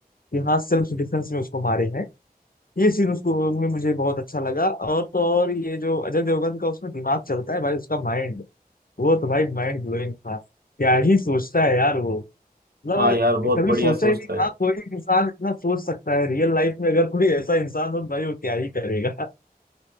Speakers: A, on the left; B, on the right.
A: कि हाँ सेल्फ डिफेंस में उसको मारे हैं ये सीन उसको में मुझे बहुत अच्छा लगा और तो और ये जो अजय देवगन का उसमें दिमाग चलता है भाई उसका माइंड वो तो भाई माइंड ब्लोइंग था क्या ही सोचता है यार वो मतलब
B: हाँ यार बहुत
A: कभी
B: बढ़िया
A: सोचा
B: सोचता
A: ही नहीं
B: है
A: हाँ कोई इंसान इतना सोच सकता है रियल लाइफ में अगर कोई ऐसा इंसान हो तो भाई वो क्या ही करेगा <laughs>